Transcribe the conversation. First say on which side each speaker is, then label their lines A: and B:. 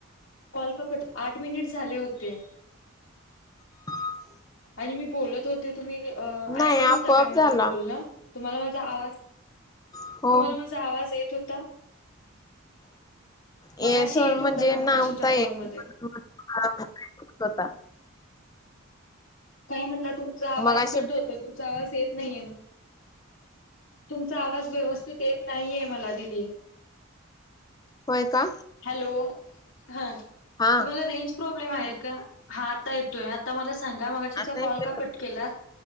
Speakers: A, on the left (about 70°); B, on the left (about 20°).
A: कॉल का कट आठ मिनिट झाले होते.
B: ह <inaudible>
A: आणि मी बोलत होते तुम्ही अं..
B: नाही
A: ऐकत
B: आपोआप
A: होता काय
B: झाला
A: माझं बोलणं तुम्हाला माझा आवाज
B: हो
A: तुम्हाला माझा आवाज येत होता मगाशी
B: येत म्हणजे
A: होता का
B: नव्हता
A: मगाशीच्या
B: येत
A: कॉलमध्ये
B: हासा
A: काय म्हणलं तुमचा आवाज
B: मगाशी
A: कट होतोय तुमचा आवाज येत नाहीे मग तुमचा आवाज व्यवस्थित येत नाहीये मला दिदी
B: होय का
A: हॅलो हा तुम्हाला
B: हा
A: रेंज प्रॉब्लेम आहे का हा आता येतोय आता मला स सांगा मगाशीचा
B: आता
A: कॉल
B: येतोय
A: का कट केला